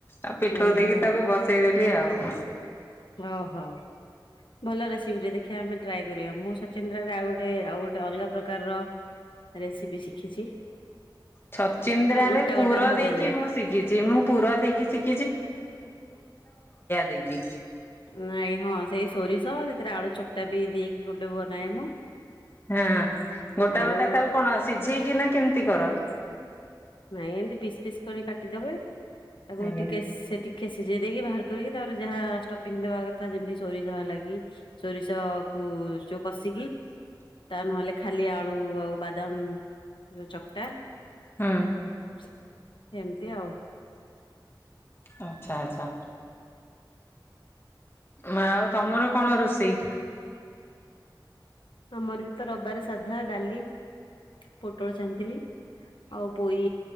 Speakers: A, on the left; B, on the left.
A: ଆଉ ପିଠଉ
B: ହୁଁ
A: ଦେଇକି
B: ହୁଁ
A: ତାକୁ ବସେଇଦେଲି ଆଉ।
B: ଓହୋ। ଭଲ ରେସିପିଟେ ଦେଖିବା ଆମେ ଟ୍ରାଏ କରିବା। ମୁଁ ସଚିନ୍ଦ୍ରାରେ ଆଉ ଗୋଟେ ଆଉ ଗୋଟେ ଅଲଗା ପ୍ରକାରର ରେସିପି ଶିଖିଛି।
A: ଛଚିନ୍ଦ୍ରାରେ
B: ଯୋଉ ଗୋଟା
A: ପୁର
B: ଗୋଟା ଭଜା
A: ଦେଇକି
B: ଯାଏ।
A: ମୁଁ ଶିକିଚି। ମୁଁ ପୁର ଦେଇକି ଶିକି ଦେଇକି
B: ନାଇଁ ହଁ ସେଇ ସୋରିଷ ହଁ ସେଥିରେ ଆଳୁ ଚକଟା ବି ଦେଇକି ଗୋଟେ ବନାଏ ମୁଁ
A: ହଁ ଗୋଟା
B: ଆଳୁ
A: ଗୋଟା ତ ଆଉ କଣ ସିଝେଇକି ନା କେମିତି କର?
B: ନାଇଁ ଏମିତି ପିସ୍ ପିସ୍ କରି କାଟିଦବେ, ତାକୁ
A: ଆଜ୍ଞା
B: ଟିକେ ସେ ଟିକେ କେ ସିଜେଇ ଦେଇକି ବାହାର କରିକି ତାପରେ ଯାହା ଷ୍ଟପିଙ୍ଗ୍ ଦବା କଥା ଯେମତି ଷୋରିଷ ହେଲା କି ଷୋରିଷ ଉ ଯୋଉ କଷିକି। ତା ନହେଲେ ଖାଲି ଆଳୁ ଆଉ ବାଦାମ ଯୋଉ ଚକ୍ଟା।
A: ହୁଁ।
B: ସେମତି ଆଉ।
A: ଆଚ୍ଛା ଆଚ୍ଛା। ମ ଆଉ ତମର କଣ ରୋଷେଇ?
B: ଆମର ବି ତ ରବାରେ ସାଧା ଡାଲି ପୋଟଳ ଛାଣିଥିଲି। ଆଉ ପୋଇ